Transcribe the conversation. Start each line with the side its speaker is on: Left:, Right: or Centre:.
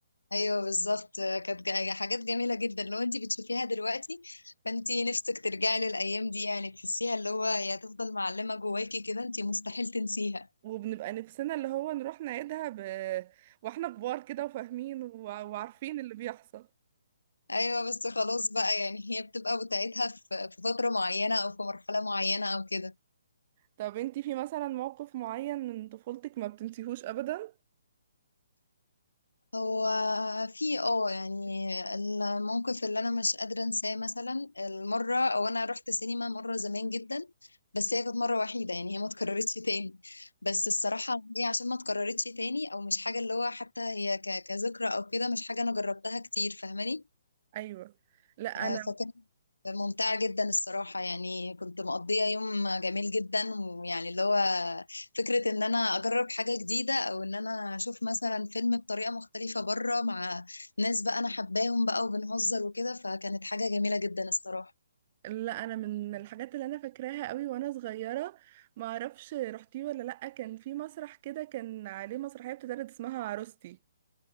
Left: ايوه بالظبط كانت جا- يعني حاجات جميله جدا لو انت بتشوفيها دلوقتي فانت نفسك ترجعي للايام دي يعني تحسيها اللي هو هي هتفضل معلمه جواكي كده انت مستحيل تنسيها
Right: وبنبقى نفسنا اللي هو نروح نعيدها ب... واحنا كبار كده وفاهمين وع- وعارفين اللي بيحصل
Left: ايوه بس خلاص بقى يعني هي بتبقى بتاعتها في في فتره معينه او في مرحله معينه او كده
Right: طب انتي في مثلا موقف معين من طفولتك ما بتنسيهوش ابدا
Left: هو في اه يعني الموقف اللي انا مش قادره انساه مثلا المره او انا رحت سينما مره زمان جدا بس هي كانت مره وحيده يعني هي ما اتكررتش تاني بس الصراحه هي عشان ما اتكررتش تاني او مش حاجه اللي هو حتى هي ك- كذكرى او كده مش حاجه انا جربتها كتير فاهماني
Right: ايوه لا
Left: آه،
Right: انا
Left: فكانت ممتعة جدا الصراحة يعني كنت مقضية يوم جميل جدا ويعني اللي هو فكرة ان انا اجرب حاجة جديدة او ان انا اشوف مثلا فيلم بطريقة مختلفة بره مع ناس بقى انا حباهم بقى وبنهزر وكده فكانت حاجة جميلة جدا الصراحة
Right: لا انا من الحاجات اللي انا فاكراها قوي وانا صغيره ما اعرفش رحتيه ولا لا كان في مسرح كده كان عليه مسرحيه بتتعرض اسمها عروستي